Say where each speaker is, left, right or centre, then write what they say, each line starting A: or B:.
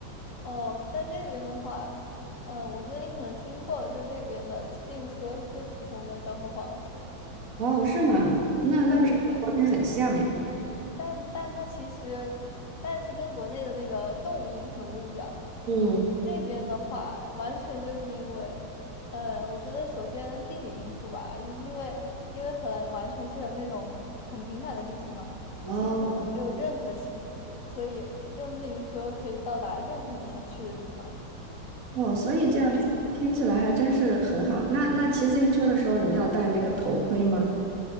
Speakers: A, on the left; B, on the right.
A: 哦，在这边的话，嗯，我觉得你可能听过，就这边的骑自行车是最普通的交通方式。
B: 哦，是吗？那那不是跟国内很像呀？
A: 对对对，但但它其实，但是跟国内的那个动音很不一样。
B: 嗯，
A: 这边的话，完全就是因为，呃，我觉得首先地理因素吧，就是因为因为荷兰完全是那种很平坦的地形嘛，
B: 哦
A: 基本没有任何起伏，所以用自行车可以到达任何你想去的地方。
B: 哦，所以这样听起来还真是很好。那那骑自行车的时候，你们要戴那个头盔吗？